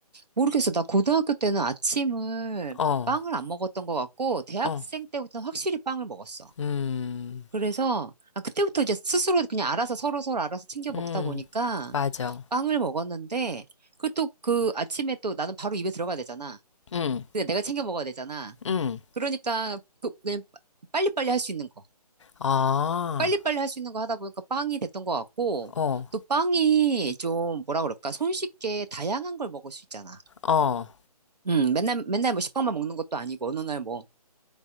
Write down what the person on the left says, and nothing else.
어,
어,
음,
음,
맞아.
음,
음.
아,
어,
어.